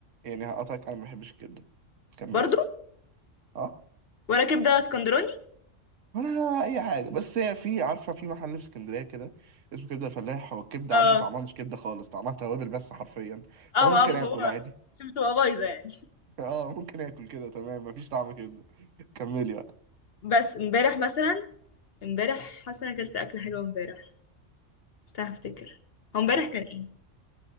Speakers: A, on the right; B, on the left.
A: يعني هقطعك انا ما بحبش الكبده كملي
B: برضو
A: اه
B: ولا كبده اسكندراني
A: ولا اي حاجه بس هي في عارفه في محل في اسكندريه كده اسمه كبده الفلاح هو الكبده
B: اه
A: عنده طعمها مش كبده خالص طعمها توابل بس حرفيا
B: اه
A: فممكن
B: اه ما
A: اكل
B: هو
A: عادي
B: شو بتبقى بايظه يعني
A: <laughs> اه ممكن اكل كده تمام مفيش طعم كبده <laughs> كملي بقى.
B: بس امبارح مثلا امبارح حاسه انا اكلت اكله حلوه امبارح استنى هفتكر هو امبارح كان ايه